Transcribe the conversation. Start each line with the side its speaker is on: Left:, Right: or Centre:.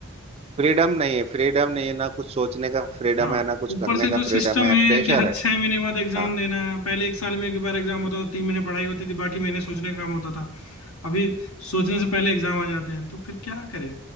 Right: फ्रीडम नहीं है फ्रीडम नहीं है ना कुछ सोचने का फ्रीडम
Left: हाँ
Right: है ना कुछ
Left: ऊपर
Right: करने
Left: से
Right: का
Left: जो सिस्टम
Right: फ्रीडम है
Left: है
Right: प्रेशर
Left: कि हर
Right: है
Left: छह महीने बाद एग्जाम
Right: हाँ
Left: देना है पहले एक साल में एक बार एग्जाम होता था तीन महीने पढ़ाई होती थी बाकी महीने सोचने का काम होता था अभी सोचने से पहले एग्जाम आ जाते हैं तो फिर क्या करें